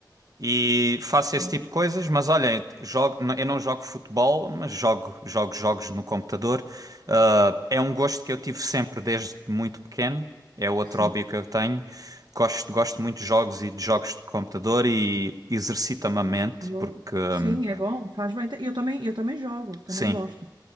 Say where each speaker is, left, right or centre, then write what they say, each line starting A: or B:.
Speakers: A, on the right; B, on the right.
A: E faço
B: Boa.
A: esse tipo de coisas, mas olhem, jogo, n- eu não jogo futebol, mas jogo, jogo jogos no computador. Ah, é um gosto que eu tive sempre desde muito pequeno. É outro
B: Sim.
A: hobby que eu tenho. Gosto, gosto muito de jogos e de jogos de computador e exercita-me a mente,
B: Boa.
A: porque, hum,
B: Sim, é bom, faz bem. Eu também, eu também jogo, também
A: sim,
B: gosto.